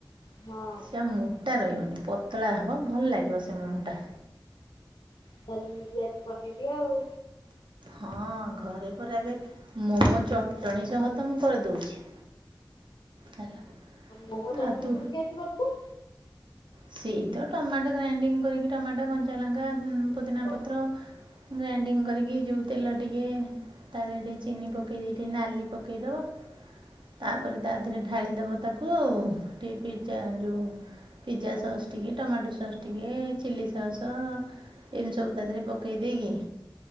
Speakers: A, on the left; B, on the right.
A: ହଁ।
B: ସେ ମୋଟା ରଇବନି ପତଳା ହବ ଭଲ ଲାଗିବ ସେ ମୋମୋଟା।
A: କାଲି ମୁଁ <inaudible> ବନେଇବି ଆଉ।
B: ହଁ ଘରେ ପରା ଏବେ ମୋମୋ ଚଟଣି ସହ ତ ମୁଁ କରିଦଉଛି। ହେଲା।
A: ମୋମୋ ଚଟଣି
B: ଆଉ ତୁ
A: ପୁଣି କେମିତି କରୁଚୁ।
B: ସେଇ ତ ଟମାଟୋ ଗ୍ରାଇଣ୍ଡିଙ୍ଗ କରିକି ଟମାଟୋ କଞ୍ଚା ଲଙ୍କା ପୁଦିନା
A: ହଁ
B: ପତ୍ର ଗ୍ରାଇଣ୍ଡିଙ୍ଗ କରିକି ଯୋଉ ତେଲ ଟିକେ ତା ଦେରେ ଟିକେ ଚିନି ପକେଇ ଦେଇ ଟିକେ ନାଲି ପକେଇଦବ। ତାପରେ ତା ଦେରେ ଢାଳିଦବ ତାକୁ ଆଉ ଟିକେ ପିଜ୍ଜା ଯୋଉ। ପିଜା ସସ୍ ଟିକେ ଟମାଟୋ ସସ୍ ଟିକେ ଚିଲ୍ଲି ସସ୍ ଏମିତି ସବୁ ତା ଦେହରେ ପକେଇ ଦେଇକି